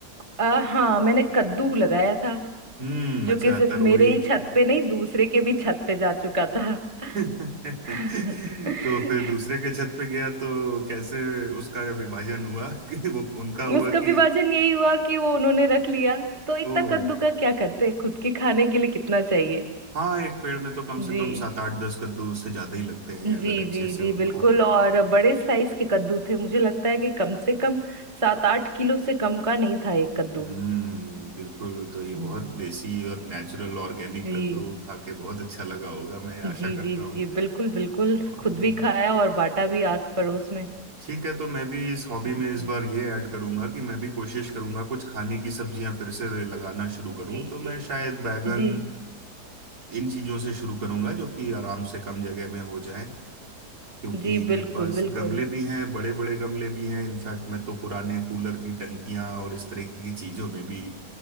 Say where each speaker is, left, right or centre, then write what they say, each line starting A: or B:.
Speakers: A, on the right; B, on the right.
A: आ, हाँ मैंने कद्दू लगाया था
B: हम्म
A: जो
B: अच्छा
A: कि सिर्फ
B: तरोई
A: मेरे ही छत पे नहीं दूसरे के भी छत पे जा चुका था
B: <laughs> तो
A: <laughs>
B: फिर दूसरे के छत पे गया तो कैसे उसका विभाजन हुआ <laughs> कि वो उनका हुआ
A: उसका
B: कि
A: विभाजन यही हुआ कि वो उन्होंने रख लिया तो इतना
B: ओ
A: कद्दू का क्या करते खुद के खाने के लिए कितना चाहिए
B: हाँ एक पेड़ में तो कम
A: जी
B: से कम सात आठ दस कद्दू उससे ज्यादा ही लगते हैं
A: जी
B: अगर अच्छे
A: जी
B: से
A: जी
B: उनको
A: बिल्कुल और बड़े साइज के कद्दू थे मुझे लगता है कि कम से कम सात आठ किलो से कम का नहीं था एक कद्दू
B: हम्म बिल्कुल तो ये
A: हम्म।
B: बहुत देसी और नेचुरल ऑर्गेनिक
A: जी
B: कद्दू खा के बहुत अच्छा लगा होगा मैं
A: जी
B: आशा करता
A: जी
B: हूँ
A: जी बिल्कुल बिल्कुल
B: और
A: खुद भी खाया और बांटा भी आस पड़ोस में
B: ठीक है तो मैं भी इस हॉबी
A: जी
B: में इस बार ये ऐड करूंगा कि मैं भी कोशिश करूंगा कुछ खाने की सब्जियां फिर से लगाना शुरू करूं
A: जी
B: तो मैं शायद बैगन
A: जी
B: इन चीजों से शुरू करूंगा जो कि आराम से कम जगह में हो जाए क्योंकि
A: जी
B: मेरे
A: बिल्कुल
B: पास
A: बिल्कुल
B: गमले भी हैं बड़े बड़े गमले भी हैं इनफैक्ट मैं तो पुराने कूलर की टंकियां और इस तरह की चीजों में भी